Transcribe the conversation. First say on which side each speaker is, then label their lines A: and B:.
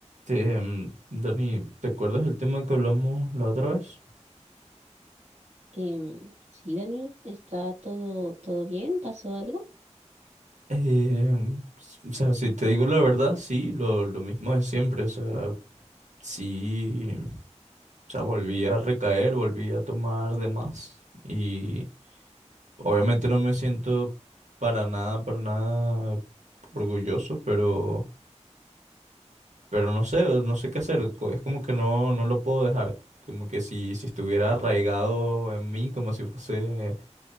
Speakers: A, on the right; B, on the right.
A: Este, mm, Dani, ¿te acuerdas del tema que hablamos la otra vez?
B: Em, sí, Dani, ¿está todo, todo bien? ¿Pasó algo?
A: Eh, s- o sea, si te digo la verdad, sí, lo, lo mismo de siempre, o sea, sí, o sea, volví
B: Mm.
A: a recaer, volví a tomar de más y obviamente no me siento para nada, para nada orgulloso, pero, pero no sé, no sé qué hacer, co- es como que no, no lo puedo dejar, como que si, si estuviera arraigado en mí, como si fuese...